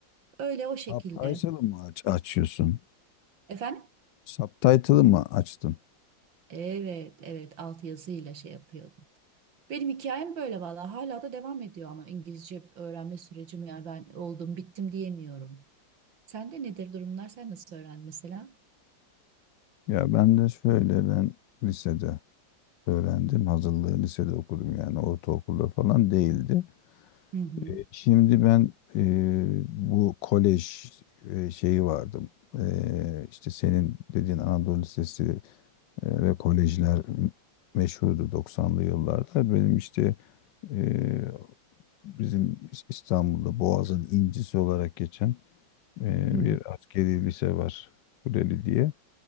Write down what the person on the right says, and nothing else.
Öyle o şekilde.
Efendim?
Evet, evet altyazıyla şey yapıyordum. Benim hikayem böyle valla. Hala da devam ediyor ama İngilizce öğrenme sürecim ya ben oldum bittim diyemiyorum. Sende nedir durumlar? Sen nasıl öğrendin mesela?
Hı hı.
Hı